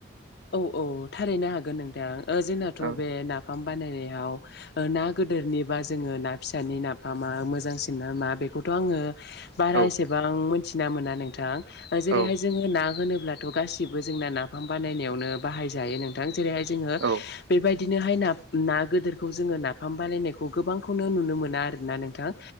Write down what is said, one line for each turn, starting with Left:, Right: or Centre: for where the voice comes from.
Left: औ औ थारैनो हागोन नोंथां जोंनाथ'
Right: औ
Left: बे ना फाम बानायनायाव ना गोदोरनिबा जोङो ना फिसानि ना फा मा मोजांसिन ना मा बेखौथ' आंङो बारा
Right: औ
Left: एसेबां मोनथिना मोना नोंथां जेरैहाय
Right: औ
Left: जोङो ना होनोब्लाथ' गासिबो जोंना नाफाम बानायनायावनो बाहायजायो नोंथां जेरैहाय जोंङो
Right: औ
Left: बेबाय दिनोहाय ना ना गदोरखौ जोङो नाफाम बानायायनायखौ गोबांखौनो नुनो मोना आरोना नोंथां